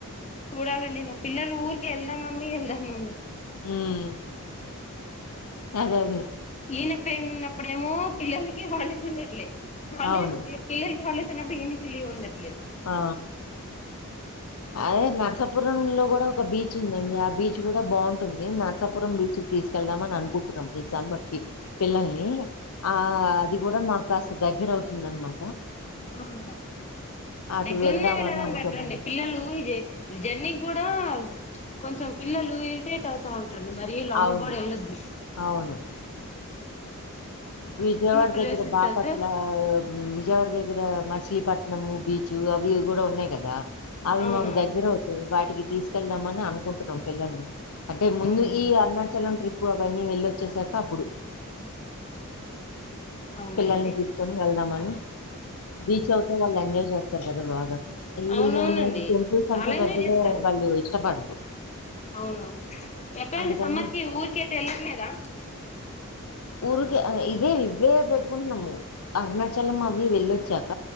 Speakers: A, on the left; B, on the left.
A: చూడాలండి. పిల్లలు ఊర్కే ఎల్దం మమ్మీ ఎల్దం మమ్మీ
B: హ్మ్ అదే అదే
A: ఏనై టైమ్ ఉన్నప్పుడేమో పిల్లలకి హాలిడేస్ ఉండట్లే హాల్డేస్
B: అవును
A: పిల్లల్కి హాల్డేస్ నప్పుడు ఈనికి లీవ్ ఉండద్
B: ఆ అదే నరసపురంలో కూడా ఒక బీచ్ ఉందండి అండి ఆ బీచ్ కూడా బావుంట్ నేన నరసపురం బీచ్ తీస్ కి వెళ్దామని అనుకుంటున్నాం ఈ సమ్మర్ కి పిల్లల్ని ఆ అది కూడా మాకు కాస్త దగ్గర అవుతుందనమాట
A: ఆ హాహా
B: అటు
A: దగ్గరున్నయి
B: వెళ్దామని
A: వెళ్లడం
B: అనుకుంటాం
A: బెటర్ అండి పిల్లలు ఇదే ఈ జర్నీ కూడా హా కొంచెం పిల్లలు ఇరిటేట్ అవుతాం ఉంటారంటి మరి లాంగ్
B: అవును
A: కూడా వెళ్లొద్దు
B: అవును విజయవాడ
A: ప్లేసెస్
B: దగ్గర బాపట్ల
A: కి వెళ్తే
B: విజయవాడ దగ్గర మచిలీపట్నము బీచువుగా అవి ఇవి కూడా ఉన్నాయి కదా అవి
A: అవునవును
B: మాకు దగ్గర అవుతాయి వాటికి తీసుకెళ్దాంమని అనుకుంటున్నాం పిల్లల్ని అంటే ముందు
A: అవును
B: ఈ అరుణాచలం ట్రిప్పు అవన్నీ వెళ్లొచ్చేసాక అప్పుడు
A: అవునండి
B: పిల్లల్ని తీసుకొని వెళ్దామని బీచ్ అవుతే వాళ్ళు ఎంజాయ్ చేస్తారు కదా బాగా వీళ్లేంటంటే
A: అవునవునండి
B: టెంపుల్స్
A: చాలా
B: అంటే
A: ఎంజాయ్
B: పెద్దగా
A: చేస్తారు
B: వాళ్ళు ఇష్టపడరు
A: అవును ఎక్కడండి
B: అందుకని
A: సమ్మర్ కి ఊరికైతే వెళ్ళట్లేదా
B: ఉరు ఆ ఇదే ఇవే పెట్టే అరుణాచల్ చలం అవి వెళ్లొచ్చాక